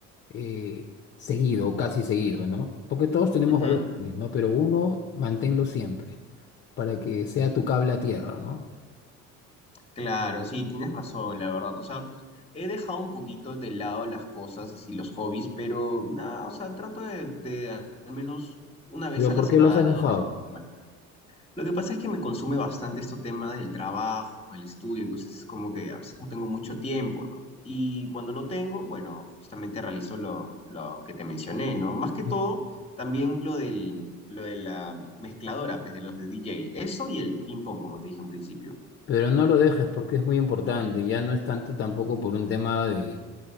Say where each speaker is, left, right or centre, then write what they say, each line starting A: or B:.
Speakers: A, on the left (about 40°); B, on the left (about 20°).
A: eh, seguido o casi seguido, ¿no? Porque todos tenemos
B: Ujú.
A: varios hobbies, ¿no? Pero uno, manténlo siempre, para que sea tu cable a tierra, ¿no?
B: Claro, sí, tienes razón, la verdad. O sea, he dejado un poquito de lado las cosas, así los hobbies, pero nada, o sea, trato de, de al menos una vez
A: Pero
B: a
A: ¿por
B: la semana,
A: qué los has dejado?
B: dos veces por semana. Lo que pasa es que me consume bastante este tema del trabajo, el estudio, entonces es como que a veces no tengo mucho tiempo, ¿no? Y cuando lo tengo, bueno, justamente realizo lo, lo que te mencioné, ¿no? Más que todo,
A: Ujú.
B: también lo del, lo de la mezcladora, pues de los de DJ. Eso y el ping-pong, como te dije en principio.
A: Pero no lo dejes porque es muy importante, ya no es tanto tampoco por un tema de